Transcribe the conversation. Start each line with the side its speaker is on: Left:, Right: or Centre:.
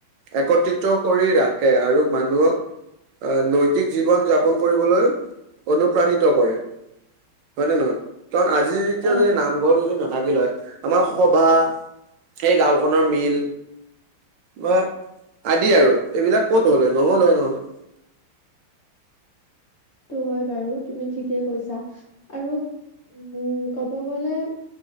Right: একত্ৰিত কৰি ৰাখে আৰু মানুহক আ, নৈতিক জীৱন যাপন কৰিবলৈ অনুপ্ৰাণিত কৰে। হয় নে নহয় কাৰণ আজি যেতিয়া
Left: অ
Right: যদি নামঘৰ যদি নাথাকিল হয় আমাৰ সভা, সেই গাঁওখনৰ মিল বা আদি আৰু এইবিলাক ক'ত হ'লে হয়, নহ'লে নহয়।
Left: টো হয় বাৰু তুমি ঠিকে কৈছা, আৰু উম আৰু ক'ব গ'লে